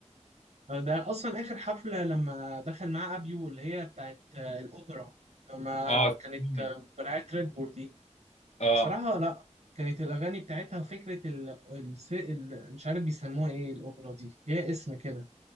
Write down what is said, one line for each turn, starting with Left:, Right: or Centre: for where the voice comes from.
Right: آه، ده اصلا اخر حفله لما دخل مع ابيو اللي هي بتاعت آه، الاوبرا لما
Left: اه
Right: كانت
Left: سيمفونيك
Right: آه، برعايه ريد بول دي
Left: اه
Right: صراحة لا كانت الأغاني بتاعتها وفكرة ال... الس- ال... مش عارف بيسموها إيه الأوبرا دي ليها اسم كده